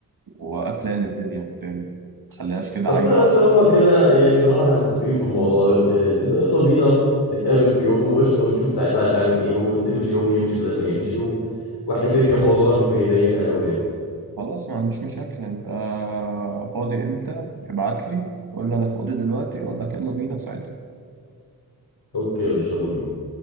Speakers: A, on the right; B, on the left.
A: وابلان الدنيا قدامي ما خليهاش كده
B: طب
A: عايمه
B: آه،
A: عشان
B: طالما كده يعني طالما احنا متفقين في الموضوع ده والدنيا لذيذة يلا بينا نتقابل في يوم وقشطة ونشوف ساعتها هنعمل ايه ونسيب اليوم يمشي زي ما يمشي و... واحنا كده كده الموضوع ده مش بيضايقنا قوي يعني
A: خلاص ما عنديش مشاكل انت فاضي امتى ابعت لي قول لي انا فاضي دلوقتي اقول لك يلا بينا في ساعتها
B: اوكي يا باشا يلا بينا